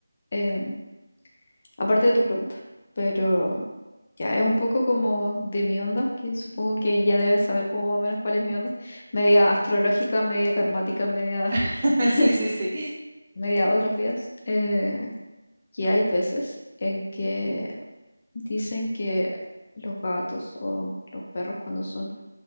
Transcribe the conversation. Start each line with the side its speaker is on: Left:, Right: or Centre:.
Left: em, aparte de tu pregunta, pero ya es un poco como de mi onda, que supongo que ya debes saber como más o menos cuál es mi onda, media astrológica, media karmática, media,
Right: <laughs>
Left: <laughs>
Right: Sí, sí, sí.
Left: media otras vidas, eh, que hay veces en que Dicen que los gatos o los perros cuando son